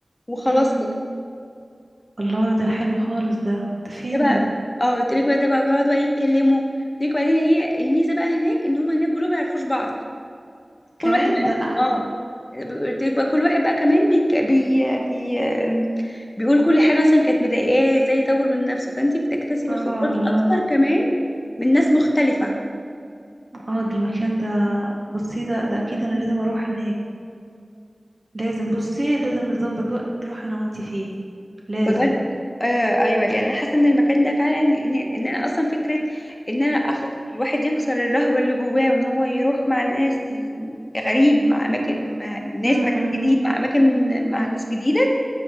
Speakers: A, on the left; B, on the right.
A: وخلاص
B: امم الله ده حلو خالص ده ده فين
A: ده بقى
B: ده
A: اه قلت لك بقى ده بقى بيقعدوا بقى يتكلموا قلت لك بعدين هي الميزه بقى هناك ان هم هناك كلهم ما يعرفوش بعض
B: كمان
A: كل واحد بقى
B: ده احلى
A: اه قلت لك بقى كل واحد بقى كمان بيك... بي... بي... بيقول كل حاجه مثلا كانت مضايقاه ازاي يطور من نفسه فانت بتكتسبي
B: اه
A: خبرات
B: الله
A: اكتر كمان من ناس مختلفه
B: اه ده المكان ده بصي ده ده اكيد انا لازم اروح هناك لازم بصي لازم نظبط وقت نروح انا وانتي فيه لازم
A: بجد آه ايوه يعني انا حاسه ان المكان ده فعلا ان, ان انا اصلا فكره ان انا أخ... الواحد يكسر الرهبه اللي جواه وان هو يروح مع ناس غريب مع اماكن مع ناس
B: امم
A: مك... جديد مع اماكن مع ناس جديده